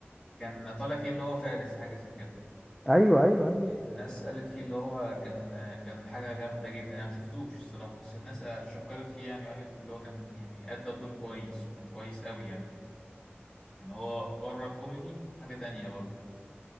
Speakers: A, on the left (about 20°); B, in the centre.
A: كان طالع فيه اللي هو فارس حاجة زي كده
B: ايوه ايوه ايوه
A: الناس قالت فيه اللي هو كان كان حاجة جامدة جدا أنا مشفتوش الصراحة بس الناس شكرت فيه يعني قالت اللي هو كان يعني أدى الدور كويس وكان كويس أوي يعني يعني هو بره الكوميدي حاجة تانية برضه